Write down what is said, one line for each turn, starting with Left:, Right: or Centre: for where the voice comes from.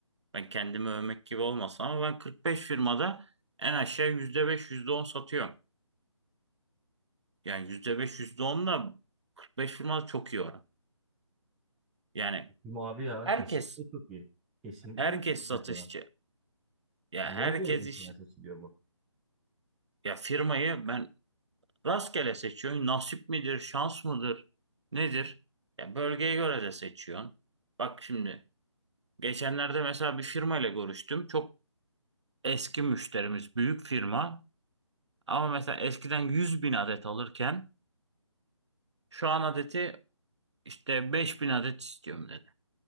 Right: Ben kendimi övmek gibi olmasın ama ben 45 firmada en aşağı %5 %10 satıyorum. Yani %5 %10 da 45 firmada çok iyi oran. Yani
Centre: Kim abi ya
Right: herkes
Centre: kesinlikle çok iyi. Kesinlikle
Right: Herkes
Centre: mükemmel
Right: satışçı.
Centre: bir oran.
Right: Ya
Centre: Yani
Right: herkes
Centre: neye göre mesela
Right: iş
Centre: seçiliyor bu?
Right: ya firmayı ben rastgele seçiyorum. Nasip midir, şans mıdır, nedir? Ya bölgeye göre de seçiyorsun. Bak şimdi geçenlerde mesela bir firma ile görüştüm. Çok eski müşterimiz, büyük firma. Ama mesela eskiden yüz bin adet alırken şu an adeti işte beş bin adet istiyorum dedi.